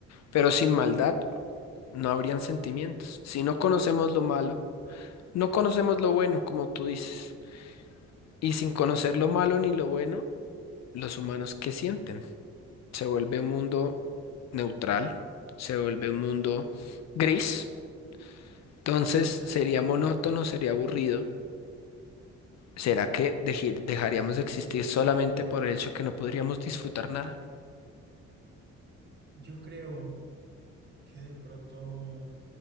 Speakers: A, on the left; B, on the right.
A: pero sin maldad no habrían sentimientos. Si no conocemos lo malo, no conocemos lo bueno, como tú dices. Y sin conocer lo malo ni lo bueno, los humanos ¿qué sienten? Se vuelve un mundo neutral, se vuelve un mundo gris. Entonces sería monótono, sería aburrido. ¿Será que deji- dejaríamos de existir solamente por el hecho que no podríamos disfrutar nada?
B: Yo creo que de pronto